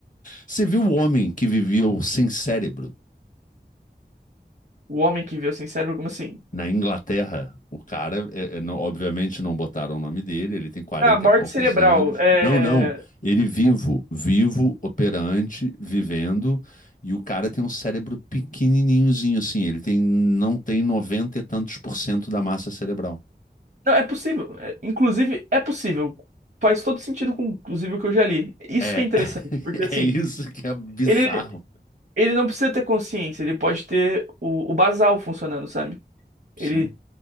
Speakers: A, on the left; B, on the right.
A: Você viu o homem que viveu sem cérebro?
B: O homem que viveu sem cérebro, como assim?
A: Na Inglaterra, o cara, é- é, não- obviamente não botaram o nome dele, ele tem 40
B: Ah, morte
A: e poucos
B: cerebral.
A: anos.
B: É.
A: Não, não, ele vivo, vivo, operante, vivendo, e o cara tem um cérebro pequenininhozinho assim, ele tem, não tem 90 e tantos por cento da massa cerebral.
B: Não, é possível. É- inclusive, é possível. Faz todo sentido com, inclusive, o que eu já li. Isso
A: É,
B: que é interessante,
A: <laughs>
B: porque assim,
A: é isso que é bizarro.
B: ele, ele não precisa ter consciência, ele pode ter o, o basal funcionando, sabe? Ele,
A: Sim.